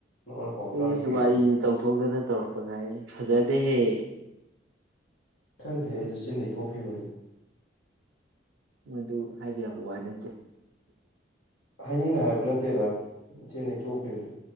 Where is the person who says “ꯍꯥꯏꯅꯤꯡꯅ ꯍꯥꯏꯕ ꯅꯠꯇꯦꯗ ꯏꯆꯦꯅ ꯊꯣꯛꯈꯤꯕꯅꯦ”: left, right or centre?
Left